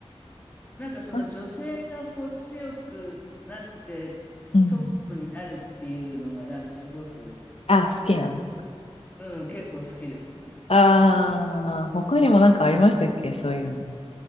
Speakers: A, on the left; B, on the left.
A: なんかその女性がこう強くなってトップになるっていうのがなんかすごく、
B: あうん。あ、好きなの。
A: うん、結構好きですね。
B: あー、
A: そういう。
B: 他にもなんかありましたっけそういうの。